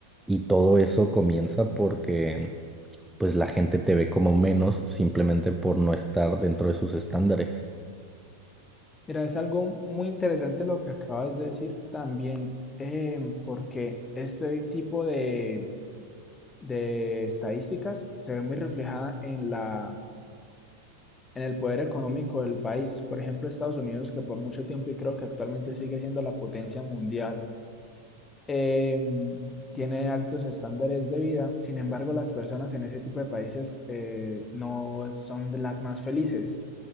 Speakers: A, in the centre; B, on the left.
A: y todo eso comienza porque pues la gente te ve como menos simplemente por no estar dentro de sus estándares.
B: Mira, es algo muy interesante lo que acabas de decir también, eh, porque este tipo de, de estadísticas se ve muy reflejada en la, en el poder económico del país. Por ejemplo, Estados Unidos, que por mucho tiempo y creo que actualmente sigue siendo la potencia mundial, eh, tiene altos estándares de vida. Sin embargo, las personas en ese tipo de países eh, no son de las más felices.